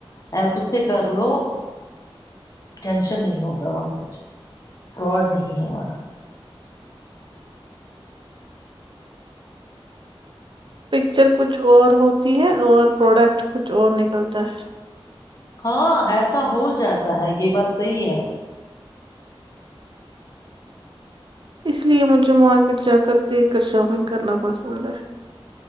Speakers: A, on the left (about 40°); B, on the right (about 55°).
A: ایپ سے کر لو ٹینشن نہیں ہوگا وہاں کچھ فراڈ نہیں ہے وہاں
B: پکچر کچھ اور ہوتی ہے اور پروڈکٹ کچھ اور نکلتا ہے
A: ہاں ایسا ہو جاتا ہے یہ بات صحی ہے
B: اس لیئے مجھے مارکیٹ جا کر دیکھ کر شاپنگ کرنا پسند ہے